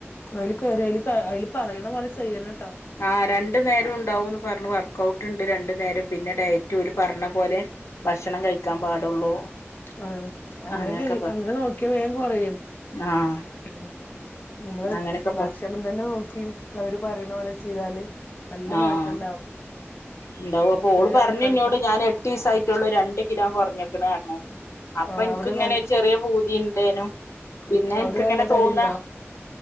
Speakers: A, on the left (about 45°); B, on the left (about 80°).
A: അതില് കേറി അയ്ല് അതില് പറയ്ണ പോല ചെയ്യണം.
B: ആ രണ്ടു നേരം ഉണ്ടാവുംന്ന് പറഞ്ഞു വർ വക്ക് ഔട്ട്ണ്ട് രണ്ടു നേരം പിന്നെ ഡയറ്റ് പറഞ്ഞ പോലെ ഭക്ഷണം കഴിക്കാൻ പാടുള്ളൂ.
A: ആ അങ്ങനെ
B: അങ്ങനെയൊക്കെ
A: ക
B: പറ
A: അങ്ങനെ നോക്കിയ വേം കൊറയും.
B: ആഹ്
A: ഉം.. മ്മള്
B: അങ്ങനെയൊക്കെ പറ
A: ഭക്ഷണം തന്നെ നോക്കി. അവര് പറിണപോലെ ചെയ്താല്. നല്ല
B: ആ
A: മാറ്റം
B: ആ
A: ഉണ്ടാവും
B: ഇണ്ടാവും അപ്പൊ
A: എത്രയോ
B: ഓള് പറഞ്ഞ്ന്നോട്
A: ആൾക്കാർക്കും
B: ഞാൻ എട്ടീസായിട്ടൊള്ളൂ രണ്ട് ണ്ട് കിലോ കൊർഞ്ഞ്ക്ണ് പർഞ്ഞു. അപ്പൊ
A: ആഹ്
B: ഇൻകുംങ്ങനെ
A: അവര് നല്ല
B: ഒരു ചെറിയ പൂതി ഇണ്ടേയ്നു പിന്നെ
A: ഉം
B: എൻക്ക്
A: അവര്
B: ഇങ്ങനെ
A: നല്ല തടി
B: തോന്ന.
A: ഉണ്ടാവും